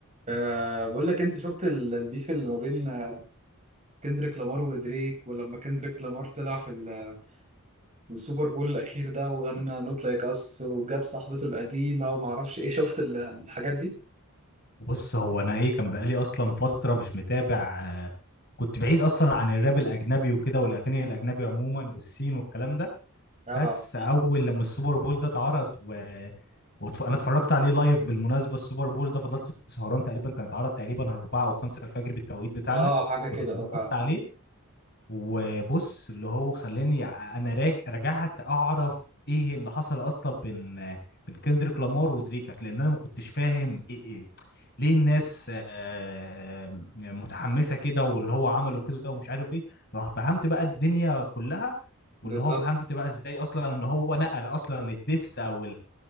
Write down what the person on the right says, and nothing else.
أه بقول لك انت شفت ال- البيف اللي ما بين آه، كندريك لامار ودريك ولما كندريك لامار طلع في ال- في السوبر بول الاخير ده وغنى نوت لايك اس وجاب صاحبته القديمه وما اعرفش ايه <laughs> شفت ال- الحاجات دي
اه
اه حاجه كده
اه فعلا
بالظبط